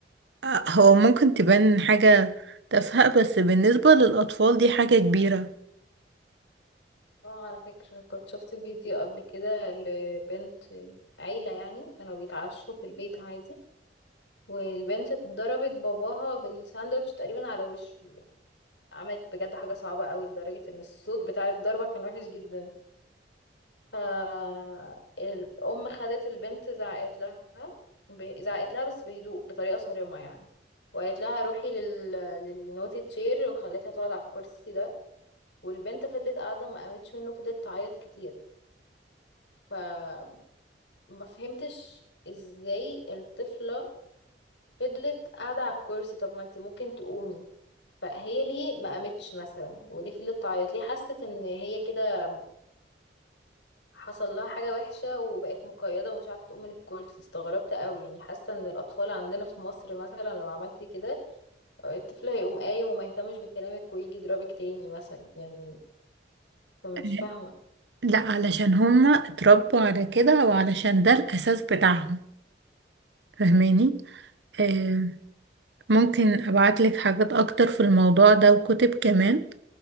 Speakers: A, on the right (about 80°); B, on the left (about 85°).
A: آه، هو ممكن تبان حاجة تافهة بس بالنسبة للأطفال دي حاجة كبيرة
B: اه على فكرة كنت شفت فيديو قبل كده لبنت عيلة يعني كانوا بيتعشوا في البيت عادي والبنت ضربت باباها بالساندوتش تقريبا على وشه عملت بجد حاجة صعبة قوي لدرجة ان الصوت بتاع الضربة كان وحش جدا فالأم خدت البنت زعقت لها ب- زعقت لها بس بهدوء بطريقة صارمة يعني وقالت لها روحي لل... للنوتي تشير وخلتها تقعد على الكرسي ده والبنت فضلت قاعدة ما قامتش منه فضلت تعيط كتير فما فهمتش ازاي الطفلة فضلت قاعدة على الكرسي طب ما انتي ممكن تقومي فهي ليه ما قامتش مثلا وليه فضلت تعيط ليه حست ان هي كده حصل لها حاجة وحشة وبقت مقيدة ومش عارفة تقوم من الكرسي استغربت قوي يعني حاسة ان الاطفال عندنا في مصر مثلا لو عملتي كده الطفل هيقوم قايم وما يهتمش بكلامك ويجي يضربك تاني مثلا يعني فمش
A: <laughs>
B: فاهمة
A: لا علشان هما اتربوا على كده وعلشان ده الأساس بتاعهم فاهماني آه ممكن أبعتلك حاجات أكتر في الموضوع ده وكتب كمان